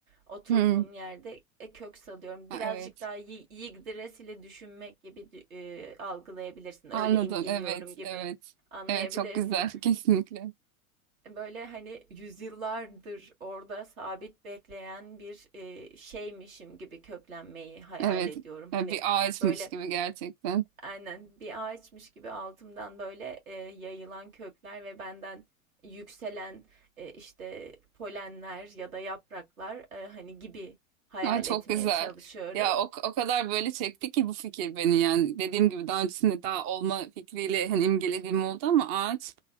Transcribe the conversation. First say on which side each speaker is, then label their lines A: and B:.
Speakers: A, on the right; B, on the right.
A: Oturduğum
B: Hmm.
A: yerde e, kök salıyorum.
B: Ha,
A: Birazcık
B: evet.
A: daha yi- yigdres ile düşünmek gibi dü- e, algılayabilirsin.
B: Anladım.
A: Öyle imgeliyorum
B: Evet,
A: gibi
B: evet.
A: anlayabilirsin.
B: Evet, çok güzel. <laughs> Kesinlikle.
A: Böyle hani yüzyıllardır orada sabit bekleyen bir e, şeymişim gibi köklenmeyi hayal
B: Evet.
A: ediyorum. Hani
B: Ya Bir ağaçmış
A: böyle
B: gibi gerçekten.
A: Aynen bir ağaçmış gibi altımdan böyle e, yayılan kökler ve benden yükselen e, işte polenler ya da yapraklar e, hani gibi hayal
B: Ay çok
A: etmeye
B: güzel.
A: çalışıyorum.
B: Ya o, o kadar böyle çekti ki bu fikir beni yani dediğim gibi daha öncesinde daha olma fikriyle hani imgelediğim oldu ama ağaç